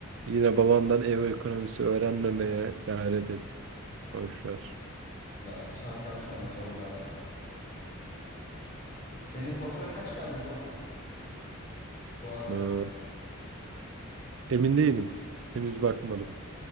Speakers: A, on the right; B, on the left.
A: yine babandan ev ekonomisi öğrenmemeye gayret et. Boş ver.
B: Ya bu saatten sonra zor zaten. Senin fatura kaç geldi bu ay? Doğalgaz.
A: Ee, emin değilim. Henüz bakmadım.